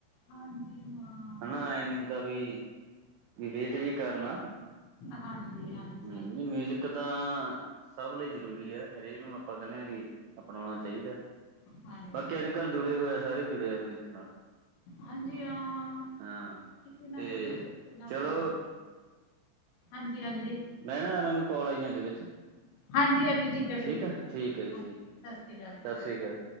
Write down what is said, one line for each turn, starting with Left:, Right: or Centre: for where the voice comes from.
Left: ਹਾਂਜੀ ਹਾਂ
Right: ਹੈਨਾ, ਆਏ ਨੀ ਹੁੰਦਾ ਵੀ ਵੀ ਵੇਟ ਜੀ ਕਰਨਾ
Left: ਹਾਂਜੀ ਹਾਂਜੀ
Right: ਹੂੰ ਮਿਊਜਿਕ ਇੱਕ ਤਾਂ ਸਭ ਲਈ ਜਰੂਰੀ ਐ, ਹਰੇਕ ਨੂੰ ਆਪਾਂ ਕੈਂਨੇ ਆ ਵੀ ਅਪਣਾਉਣਾ ਚਾਈਦੈ।
Left: ਹਾਂਜੀ
Right: ਬਾਕੀ ਅੱਜ-ਕੱਲਜੁੜੇ ਹੋਏ ਆ, ਸਾਰੇ ਜੁੜੇ ਆ ਮਿਊਜ਼ਿਕ ਨਾਲ।
Left: ਹਾਂਜੀ, ਹਾਂ
Right: ਹਾਂ
Left: ਕਿਸੇ ਨਾ
Right: ਤੇ
Left: ਕਿਸੇ ਤਰੀਕੇ ਨਾਲ
Right: ਚਲੋ
Left: ਸਰਜੂ। ਹਾਂਜੀ-ਹਾਂਜੀ।
Right: ਮੈਨਾ ਮੈਨੂੰ ਕਾੱਲ ਆਈ ਜਾਂਦੀ ਆ ਵਿੱਚ।
Left: ਹਾਂਜੀ ਹਾਂਜੀ ਠੀਕ ਹੈ
Right: ਠੀਕੈ,
Left: ਵੀਰ ਜੀ
Right: ਠੀਕ ਐ ਜੀ
Left: ਹਾਂ
Right: ਠੀਕ ਸਤਿ
Left: ਸ਼੍ਰੀ ਅਕਾਲ ਜੀ
Right: ਸ੍ਰੀ ਅਕਾਲ।